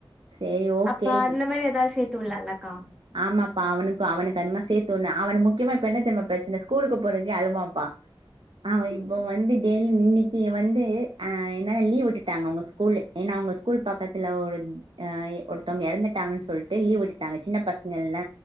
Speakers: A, on the right; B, in the centre.
A: சேரி ஓகே
B: அப் சோ அந்த மாரி எதாத் சேத்து விட்லாலக்கா
A: ஆமாப்பா அவனுக்கு அவனுக்கு அந்தமா சேத்து ஒன்னு அவன முக்யமா இப்ப என்னத்தெம்மா ப்ரெச்சன ஸ்கூலுக்கு போறதியே அலுவாம்பா அ இப்போ வந்து டெய்ல் இன்னிக்கி வந்து அ என்னன்னா லீவ் உட்டுட்டாங்க அவுங்க ஸ்கூலு ஏன்னா அவுங்க ஸ்கூல் பக்கத்துல ஒரு அ எ ஒருத்தங்க எறந்துட்டாங்கன் சொல்ட்டு லீவ் விட்டுட் டாங்க சின்ன பசங்கள்ல